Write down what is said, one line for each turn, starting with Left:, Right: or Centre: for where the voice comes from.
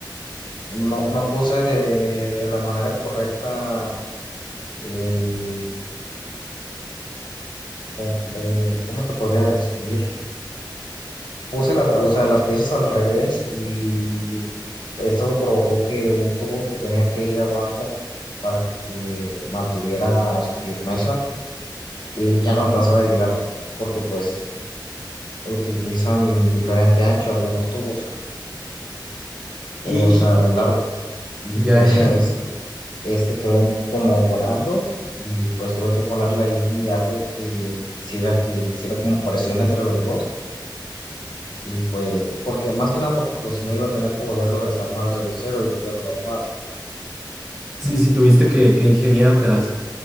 Left: No, no puse de, de la manera correcta el, com- eh, ¿cómo te podría decir? Puse las, o sea, las piezas al revés y esto provocó que un tubo que tenía que ir abajo para que mantuviera su firmeza y ya no alcanzaba a llegar porque pues utilizan diferente ancho algunos tubos,
Centre: y,
Left: o sea,
Centre: y-
Left: de largo. Y
Centre: ya,
Left: pues
Centre: ya.
Left: <laughs> este quedó un- como volando y pues tuve que ponerle ahí algo que hiciera que hiciera como presión entre los dos. Y pues, porque más que nada, porque pues si no iba a tener que volverlo a desarmar desde cero y volverlo a armar.
Centre: Sí, sí, tuviste que, que ingeniártelas.